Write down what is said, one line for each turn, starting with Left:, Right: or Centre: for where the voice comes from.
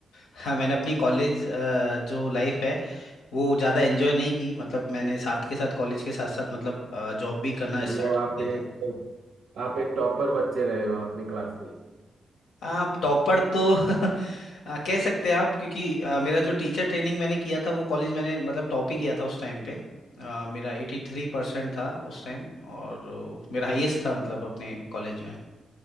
Left: <laughs> हाँ मैंने अपनी कॉलेज जो लाइफ है वो ज़्यादा एंजॉय नहीं की मतलब मैंने साथ के साथ कॉलेज के साथ साथ मतलब जॉब भी करना
Right: मतलब
Left: स्टार्ट
Right: आप
Left: कर दिया
Right: एक
Left: था
Right: आप एक टॉपर बच्चे रहे हो अपनी क्लास में
Left: आप टॉपर तो <laughs> आ, कह सकते हैं आप क्योंकि आ, मेरा जो टीचर ट्रेनिंग मैंने किया था वो कॉलेज मैंने मतलब टॉप ही किया था उस टाइम पे आ, मेरा एटी थ्री परसेंट था उस टाइम और आ, मेरा हाईएस्ट था मतलब अपने कॉलेज में